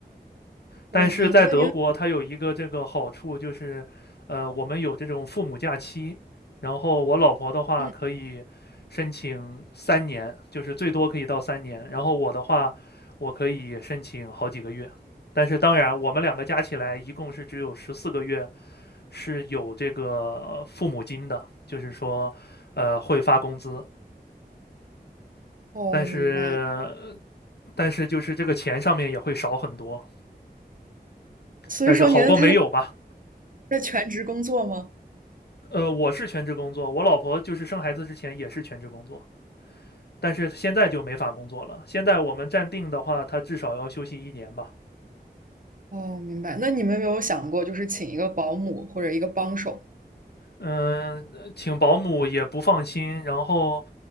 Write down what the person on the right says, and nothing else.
我的天，那您，
嗯，
哦，
明白。
所以说您的太太
在全职工作吗？
哦，明白。那你们有没有想过，就是请一个保姆或者一个帮手？